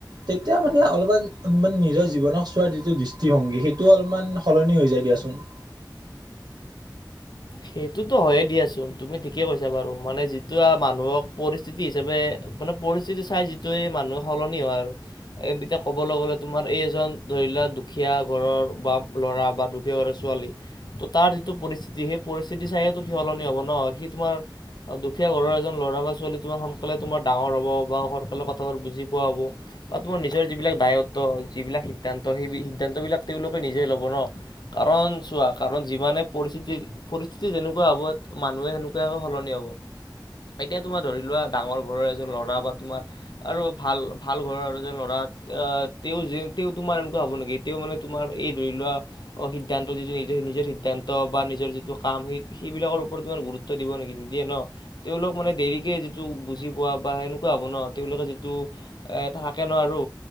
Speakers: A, on the right; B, on the left.
A: তেতিয়া মানে অলপমান মানে নিজৰ জীৱনক চোৱাৰ যিটো দৃষ্টিভংগী সেইটোও অলপমান সলনি হৈ যায় দিয়াচোন। <inaudible>
B: সেইটোতো হয়য়ে দিয়াচোন তুমি ঠিকে কৈছা বাৰু মানে যিটো মানুহক পৰিস্থিতি হিচাপে- মানে পৰিস্থিতি চাই যিটোৱে মানুহে সলনি হয় আৰু এ এতিয়া ক'বলৈ গ'লে তোমাৰ এই এজন ধৰি লওক দুখীয়া ঘৰৰ বা ল'ৰা বা দুখীয়া ঘৰৰ ছোৱালী ত তাৰ যিটো পৰিস্থিতি সেই পৰিস্থিতি চায়য়েতো সি সলনি হ'ব ন সি তোমাৰ দুখীয়া ঘৰৰ এজন ল'ৰা বা ছোৱালী তোমাৰ সোনকালে তোমাৰ। ডাঙৰ হ'ব বা সৰকলৰ কথাবোৰ বুজি পোৱা হ'ব বা তোমাৰ নিজৰ যিবিলাক দায়ত্ব যিবিলাক সিদ্ধান্ত। ত' সেই সিদ্ধান্তবিলাক তেওঁলোকে নিজেই ল'ব ন। কাৰণ চোৱা কাৰণ যিমানে পৰিস্থিতি- পৰিস্থিতি যেনেকুৱা হ'ব মানুহে সেনেকোৱা কৈ সলনি হ'ব। এতিয়া তোমাৰ ধৰি লোৱা ডাঙৰ ঘৰৰ এজন ল'ৰা বা তোমাৰ আৰু ভাল ভাল ঘৰৰ এজন ল'ৰা। আহ তেওঁ যে তেওঁ তোমাৰ এনেকুৱা হব নেকি তেওঁ মানে তোমাৰ এই ধৰি লোৱা অ সিদ্ধান্ত যিটো নিজৰ সিদ্ধান্ত বা নিজৰ যিটো কাম স সেইবিলাকৰ ওপৰত ইমান গুৰুত্ব দিব নেকি নিদিয়ে ন তেওঁলোক মানে দেৰিকে যিটো বুজি পোৱা বা সেনেকুৱা হ'ব ন তেওঁলোকে যিটো এ এটা থাকে ন আৰু।